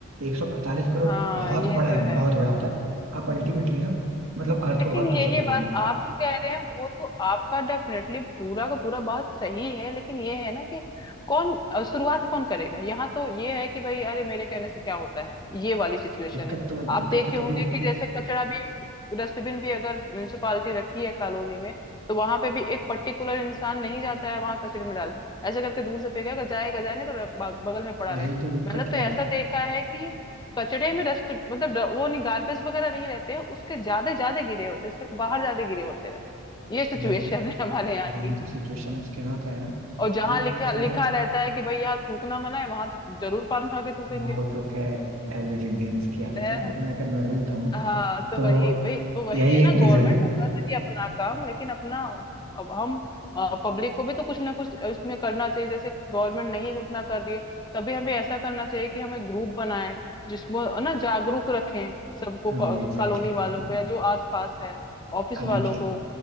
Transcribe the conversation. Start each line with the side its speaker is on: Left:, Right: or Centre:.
Right: 145 करोड़
Left: हाँ
Right: बहुत
Left: ये
Right: बड़ा है
Left: तो है
Right: बहुत बड़ा होता है आप अल्टीमेटली ना मतलब अर्थ
Left: लेकिन
Right: को बहुत
Left: यही
Right: प्रिजर्व
Left: बात
Right: करोगे
Left: आप जो कह रहे हैं वो तो आपका डेफिनेटली पूरा का पूरा बात सही है लेकिन ये है ना कि कौन अ, शुरुआत कौन करेगा यहाँ तो ये है कि भाई अरे मेरे कहने से क्या होता है ये वाली सिचुएशन
Right: दिक्कत
Left: है
Right: तो
Left: आप
Right: दिक्कत
Left: देखे
Right: तो
Left: होंगे
Right: तभी होगी
Left: कि
Right: ना
Left: जैसे कचरा भी डस्टबिन भी अगर म्यूनिसिपालिटी रखी है कॉलोनी में तो वहां पे भी एक पर्टिकुलर इंसान नहीं जाता है वहां कचरे में डाल ऐसे करके दूर से फेंकेगा जाएगा जाए नहीं तो र- बग- बगल में पड़ा रहे
Right: यही तो दिक्कत
Left: मैंने तो
Right: है
Left: ऐसा देखा है कि कचड़े में डस्ट मतलब ड- वो नहीं गार्बेज वगैरह नहीं रहते हैं उसके ज्यादा ज्यादा गिरे होते हैं उसके बाहर ज्यादा गिरे होते हैं ये सिचुएशन
Right: यही तो
Left: है हमारे यहाँ
Right: यही
Left: की
Right: तो सिचुएशन उसके यहाँ क्या है ना
Left: और जहां
Right: कि
Left: लिखा
Right: अगर
Left: लिखा
Right: आप
Left: रहता है कि भाई यहाँ थूकना मना है वहां तो जरूर पान खा के थूकेंगे
Right: वो तो क्या एवरेज इंडियंस की आदत
Left: है
Right: है बट मैं अगर नॉर्मल बताऊँ ना
Left: हाँ तो
Right: तो
Left: वही भाई तो वही
Right: यही
Left: है
Right: एक
Left: ना गवर्नमेंट
Right: रीजन है
Left: तो कर रही है अपना काम लेकिन अपना अब हम पब्लिक को भी तो कुछ ना कुछ इसमें करना चाहिए जैसे गवर्नमेंट नहीं उतना कर रही है तभी हमें ऐसा करना चाहिए कि हमें ग्रुप बनाएं जिसमें है ना जागरूक रखें सबको
Right: हाँ एग्जैक्टली
Left: कॉलोनी
Right: exactly.
Left: वालों को या जो आसपास है ऑफिस
Right: अभी
Left: वालों
Right: के
Left: को